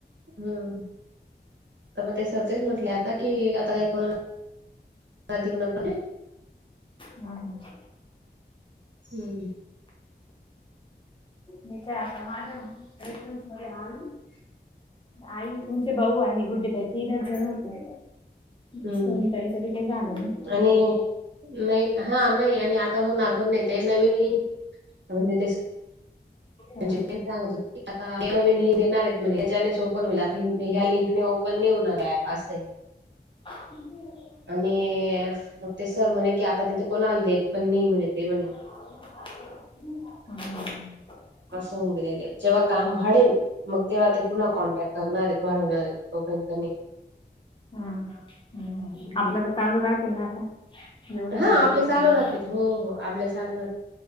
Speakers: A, on the right; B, on the left.
A: हम्म तर मग ते सर तेच म्हटले
B: हम्म
A: आता
B: का.
A: कि आता काही कोणा णाने <inaudible>
B: हम ह
A: हम्म
B: मी काय आता माझ आ आई तुमचे भाऊ आणि गुड्डी ताई तीनच जण होते
A: हम्म
B: सोनीताईच बी काही झालं नाही.
A: आणि नाही हा नाही आणि आ होणार पण नाही ते नवीन लिंक म्हणजे
B: हा.
A: म्ह सांगत हो आता नवीन देणार आहेत म्ह त्याने सो <inaudible> ओ होईल ह्या लिंकनी ओपन नाही होणार् अँप असं आहे.
B: ह
A: आणि मग ते सर म्हणे कि आता तेथे कोणाला देत पण न म्हणे ते म्हणे
B: हम्
A: असून गरले जेव्हा काम वाडेल. मग तेव्हा ते पुन्हा कॉन्टॅक्ट करणार वाढवणार आहेत लोकांकनी
B: हम् हम्
A: हम्म.
B: आपलं तर चालू राहतील ना आता जेवढ्यांना
A: हा
B: दिलंय
A: आपले चालू
B: तेवढ्यांना.
A: राहते हो हो आपले चालू राह